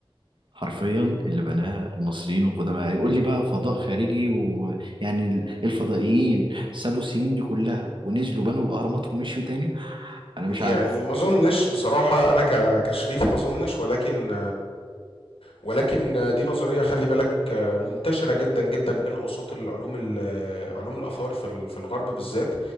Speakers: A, on the right; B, on the left.
A: حرفيا اللي بناها المصريين القدماء هيقول لي بقى فضاء خارجي ويعني ال- الفضائيين سابوا السنين دي كلها ونزلوا بنوا الأهرامات ومشيوا تاني أنا
B: يعني
A: مش عارف
B: ما اظنش بصراحه انا ك... كشريف ما اظنش ولكن ولكن دي نظرية خلي بالك منتشرة جدا جدا بين أوساط العلوم ال- علوم الآثار في ال- في الغرب بالذات